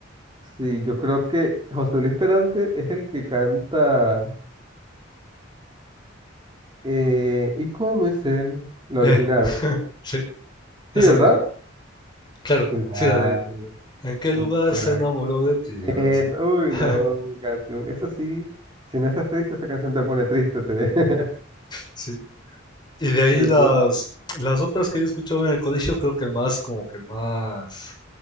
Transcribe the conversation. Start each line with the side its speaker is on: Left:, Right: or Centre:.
Right: Sí, yo creo que José Luis Peralte es el que canta eh,
Left: Mm,
Right: ¿Y cómo es él? La
Left: Eh,
Right: original.
Left: <laughs> sí, eso
Right: Sí, ¿verdad?
Left: mismo. Claro,
Right: Claro,
Left: sí, la de ¿En qué lugar
Right: un crack.
Left: se enamoró de ti?
Right: Es,
Left: o algo así, ¿no?
Right: uy,
Left: <laughs>
Right: no, canción. Eso sí, si no estás triste, esa canción te pone triste, te, <laughs>
Left: Sí. Y de ahí
Right: te
Left: las,
Right: pone.
Left: las otras que yo escuchaba en el colegio, creo que el más, como que el más